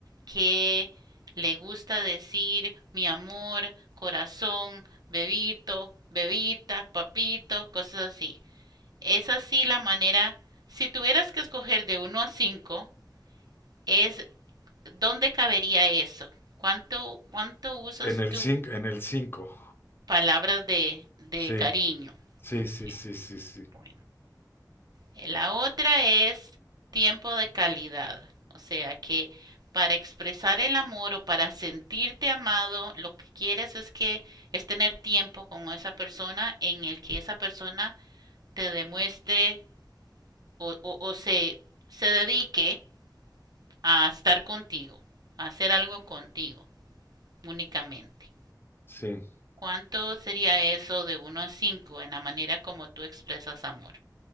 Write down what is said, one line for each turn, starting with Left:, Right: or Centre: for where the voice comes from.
Right: que le gusta decir mi amor, corazón, bebito, bebita, papito, cosas así. Es así la manera. Si tuvieras que escoger de uno a cinco, es dónde cabería eso. ¿Cuánto, cuánto usas
Left: En el
Right: tú
Left: cinco, en el cinco.
Right: palabras de, de
Left: Sí,
Right: cariño?
Left: sí,
Right: Ok,
Left: sí, sí, sí, sí.
Right: bueno. Eh, La otra es tiempo de calidad, o sea que para expresar el amor o para sentirte amado, lo que quieres es que es tener tiempo con esa persona en el que esa persona te demuestre o, o, o se, se dedique a estar contigo, a hacer algo contigo únicamente.
Left: Sí.
Right: ¿Cuánto sería eso de uno a 5 en la manera como tú expresas amor?